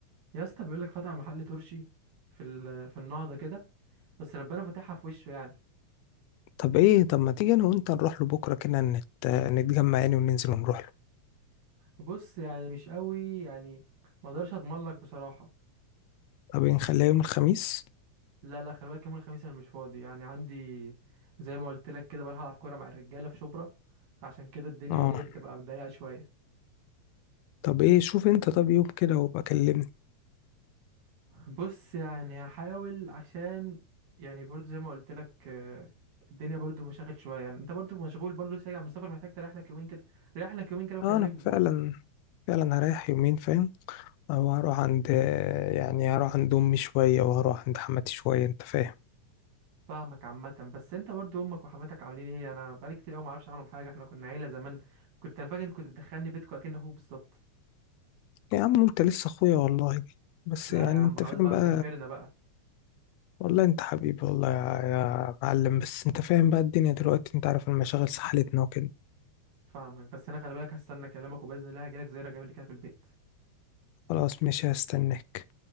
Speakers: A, on the right (about 85°); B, on the left (about 80°).
A: يا اسطى بيقول لك فتح محل ترشي في ال... في النهضه كده بس ربنا فتحها في وشه يعني
B: طب ايه طب ما تيجي انا وانت نروح له بكرة كده نت... نتجمع يعني وننزل ونروح له
A: بص يعني مش قوي يعني ما اقدرش اضمن لك بصراحه
B: طب ايه نخليها يوم الخميس
A: لا لا خلي بالك يوم الخميس انا مش فاضي يعني عندي زي ما قلت لك كده بروح العب كوره مع الرجاله في شبرا فعشان كده الدنيا
B: اه
A: ايه بتبقى مضيقه شويه
B: طب ايه شوف انت طب يوم كده وابقى كلمني
A: بص يعني هحاول عشان يعني برضو زي ما قلت لك آه، الدنيا برضو مشاغل شويه يعني انت برضو مشغول برضو لسه راجع من السفر محتاج تريح لك يومين كده ريح لك يومين كده وكلمني
B: اه انا فعلا فعلا هريح يومين فاهم او هروح عند يعني هروح عند امي شوية وهروح عند حماتي شوية انت فاهم
A: فاهمك عامه بس انت برضو امك وحماتك عاملين ايه انا بقالي كتير قوي ما اعرفش عنهم حاجه احنا كنا عيله زمان كنت انا فاكر إنت كنت بتدخلني بيتكم اكن اخوك بالظبط
B: يا عم انت لسه اخويا والله بس
A: لا
B: يعني
A: يا عم
B: انت
A: خلاص
B: فاهم
A: بقى
B: بقى
A: احنا كبرنا بقى
B: والله انت حبيبي والله يا, يا معلم بس انت فاهم بقى الدنيا دلوقتي انت عارف المشاغل سحلتنا وكده
A: فاهمك بس انا خلي بالك هستنى كلامك وباذن الله هجيلك زياره جميله كده في البيت
B: خلاص ماشي هستناك